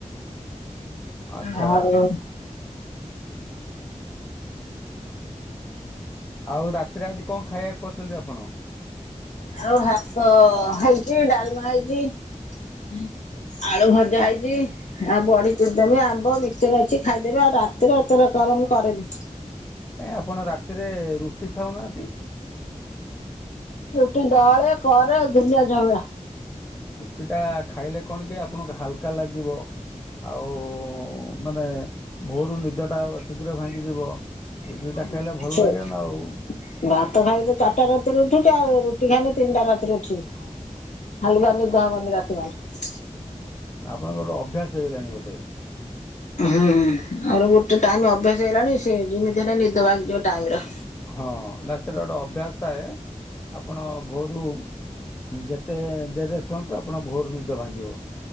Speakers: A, on the left; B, on the left.
A: ଆଚ୍ଛା
B: ହଉ
A: ଆଉ ରାତିରେ ଆଜି କଅଁ ଖାଇବାକୁ? କରୁଚନ୍ତି ଆପଣ।
B: ଆଉ ଭାତ ହେଇଚି ଡାଲମା ହେଇଚି ଆଳୁଭଜା ହେଇଚି ଆଉ ବଡି ଚୁରିଦେମି ଆମ୍ବ ମିକ୍ସଚର ଅଛି ଖାଇଦେବେ ଆଉ ରାତିରେ ଏତେରକମର ମୁଁ କରେନି।
A: କାଇଁ ଆପଣ ରାତିରେ ରୁଟି ଖାଉନାହାନ୍ତି।
B: ଟି ଦଳେ କରେ ଦୁନିଆ ଜବିଳା।
A: ଉଟି ଟା ଖାଇଲେ କଣ କି ଆପଣଙ୍କ ହାଲକ୍ କା ଲାଗିବ ଆଉ ମାନେ
B: <unintelligible>
A: ଭୋରୁ ନିଦଟା ଶୀଘ୍ର ଭାଙ୍ଗିଯିବ ରୁଟିଟା ଖାଇଲେ ଭଲ ଲାଗିବ ନା ଆଉ
B: ଭାତ ଖାଇଲେ ଚାରଟା ରାତିରେ ଉଠୁଚୁ ଆଉ ରୁଟି ଖାଇଲେ ତିନଟା ରାତିରେ ଉଠି ହାଲୁକା ନିଦ ହବନି ରାତି ଜାଙ୍କ।
A: ଆପଣଙ୍କର ଅଭ୍ୟାସ ହେଇଗଲାଣି ଗୋଟେ।
B: ଉ ହୁଁ ମୋର ଗୋଟେ ଟାଇମ ଅଭ୍ୟାସ ହେଇଲାଣି ସେ ଯେମିତି ହେଲେ ନିଦ ଭାଙ୍ଗିଯିବ ଟାଇମରେ।
A: ହଁ ନା ସେଟା ଗୋଟେ ଅଭ୍ୟାସ ଥାଏ ଆପଣ ଭୋରୁମ୍ ଯେତେ ଡେରିରେ ଶୁଅନ୍ତୁ ଆପଣ ଭୋରୁ ନିଦ ଭାଙ୍ଗିବ